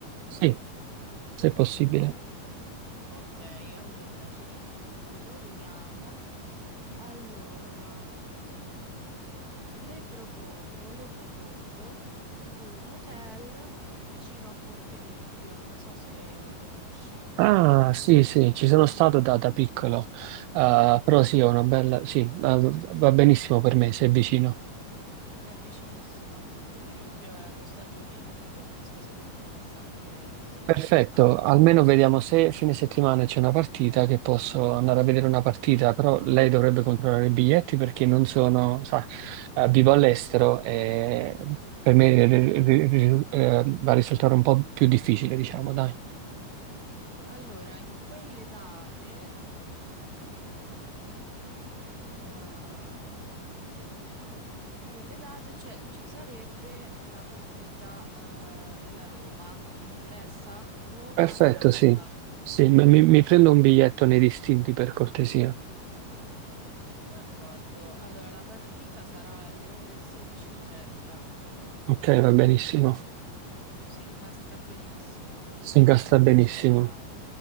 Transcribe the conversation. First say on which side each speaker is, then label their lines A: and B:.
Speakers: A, on the right; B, on the right.
A: Sì, se è possibile.
B: Mm, ok. Ok, allora cerco subito, vediamo. Allora, mm, le propongo, le propongo un hotel vicino a Ponte Milvio, non so se lo conosce, comunque
A: Ah,
B: è un ponte,
A: sì, sì, ci sono stato da, da piccolo, Eh, però sì, è una bella, sì, va va benissimo per me, se è vicino.
B: è vicinissimo a Ponte Milvio e allo Stadio Olimpico, non so se le interessa anche visitare
A: Perfetto,
B: lo stadio
A: almeno
B: eventualmente.
A: vediamo se fine settimana c'è una partita che posso andare a vedere una partita, però lei dovrebbe controllare i biglietti perché non sono, sa, eh, vivo all'estero e per me
B: Mhm.
A: ri- ri- ri- eh, va a risultare un po' più difficile, diciamo, dai.
B: Allora, in quelle date, in quelle date, ehm, in quelle date c'è- ci sarebbe la partita, eh, della Roma. Le interessa? Roma-Atalanta.
A: Perfetto, sì. Sì, mi, mi- mi prendo un biglietto nei distinti per cortesia.
B: D'accordo. Allora, la partita sarà alle ore 16.30.
A: Ok, va benissimo.
B: Si incastra benissimo con,
A: Si
B: eh,
A: incastra
B: con
A: benissimo.
B: i suoi orari.